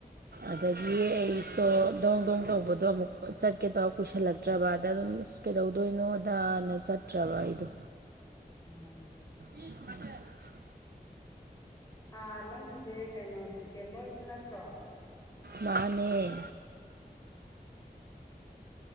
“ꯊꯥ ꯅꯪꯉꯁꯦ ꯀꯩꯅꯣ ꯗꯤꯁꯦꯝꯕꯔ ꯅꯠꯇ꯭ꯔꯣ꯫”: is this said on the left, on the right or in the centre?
Left